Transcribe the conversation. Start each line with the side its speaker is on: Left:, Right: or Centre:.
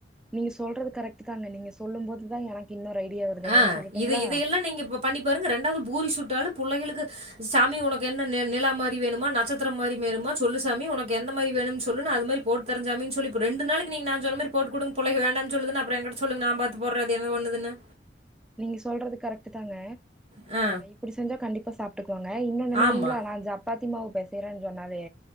Centre: நீங்க சொல்றது கரெக்ட்டு தான்ன நீங்க சொல்லும் போதுதா எனக்கு இன்னொரு ஐடியா வருது என்னன்
Right: ஆ
Centre: சொல்லட்டுங்களா
Right: இது இதையெல்லாம் நீங்க இப்போ பண்ணி பாருங்க ரெண்டாவது பூரி சுட்டாலு புள்ளைகளுக்கு சாமி உனக்கு என்ன நி நிலா மாரி வேணுமா நட்சத்திரோ மாரி வேணுமா சொல்லு சாமி உனக்கு எந்த மாரி வேணுனு சொல்லு நா அது மாரி போ ட்டுத்தரன் சாமி சொல்லி இப்ப ரெண்டு நாளைக்கு நீங்க நான் சொன்னமாரி போட்டு குடுங் புள்ளைங்க வேண்டான் சொல்லதுனா அப்றோ எங்கிட்ட சொல்லுங்க நா பாத்து போட்ற அது என்னபண்ணுதுனு
Centre: நீங்க சொல்றது கரெக்ட்டுதாங்க
Right: ஆ
Centre: புடிச்சிருந்தா கண்டிப்பா சாப்ட்டுக்குவாங்க இன்னோன்னு என்ன
Right: ஆமா.
Centre: தெரியுங்ளா நா சப்பாத்தி மாவு பேசயறன்னு சொன்னாவே